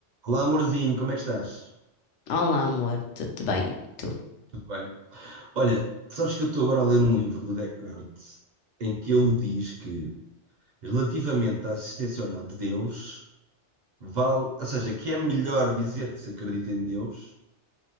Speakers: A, on the right; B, on the left.
A: Olá, amorzinho, como é que estás?
B: Olá, amor, tudo bem? Tu?
A: Tudo bem? Olha, sabes que eu estou agora a ler um livro do Descartes em que ele diz que, relativamente à existência ou não de Deus, vale, ou seja, que é melhor dizer que se acredita em Deus